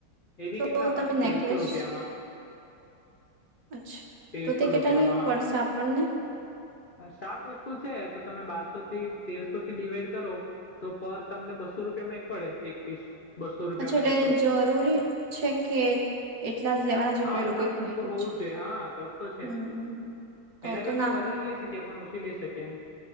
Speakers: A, on the left (about 70°); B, on the right (about 55°).
A: એ બી
B: તો
A: કેટલામાં
B: તમે નેકલેસ
A: તેરસો રૂપિયામાં.
B: અચ્છા
A: તેરસો
B: તો તે.
A: રૂપિયામાં
B: કેટલાની
A: હા
B: પડશે આપણને
A: સાત વસ્તુ છે. તો તમે બારસો થી તેરસો થી ડિવાઈડ કરો. તો પર તમને બસ્સો રૂપિયામાં એક પડે એક પીસ. બસો રૂપિયામાં
B: અચ્છા એટલે
A: એપ્રોક્સ
B: જરૂરી છે, કે એટલા જ લેવાના જેટલું
A: હા,
B: એ લોકોએ
A: સાત વર્ષ
B: કહ્યું
A: તોુ હોવું
B: છે.
A: જ જોઈએ હા તો તો
B: હમ તો
A: એના
B: તો
A: કરતા
B: ના
A: વધારે લઈ શકે પણ ઓછી લઈ શકી એમ.